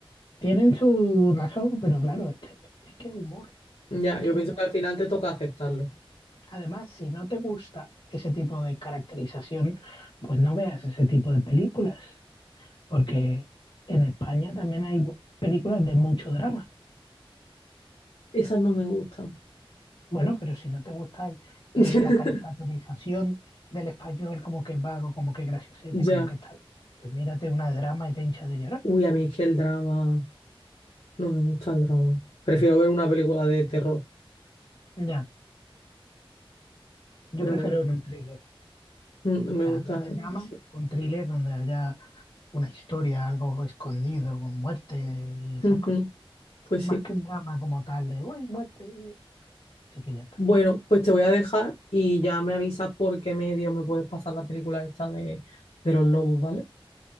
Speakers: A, on the left; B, on the left.
A: Tienen su razón, pero claro, es que es que humor,
B: Ya,
A: es que
B: yo
A: el
B: pienso
A: humor
B: que al
A: es
B: final
A: así.
B: te toca aceptarlo.
A: Además, si no te gusta ese tipo de caracterización, pues no veas ese tipo de películas, porque en España también hay películas de mucho drama.
B: Esas no me gustan.
A: Bueno, pero si no te gusta el- eh,
B: <laughs>
A: la caricaturización del español como que es vago, como que es graciosete,
B: Ya.
A: como que es tal, pues mírate una drama y te hinchas de llorar.
B: Uy, a mí es que el drama, no me gusta el drama. Prefiero ver una película de terror,
A: Ya. Yo
B: pero
A: prefiero
B: bueno,
A: ver un thriller,
B: mm, me
A: o sea,
B: gusta,
A: en vez de drama,
B: sí.
A: un thriller donde haya una historia, algo escondido, con muerte y esas
B: Ujú,
A: cosas.
B: Pues
A: Más
B: sí.
A: que un drama como tal de, uy, muerte, uy". así que ya está.
B: Bueno, pues te voy a dejar y ya me avisas por qué medio me puedes pasar la película esta de, de los lobos, ¿vale?